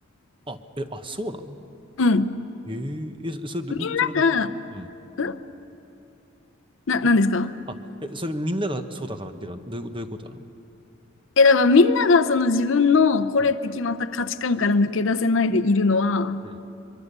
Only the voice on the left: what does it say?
うん。
みんなが、
うんな、なんですか
え、だからみんながその自分のこれって決まった価値観から抜け出せないでいるのは、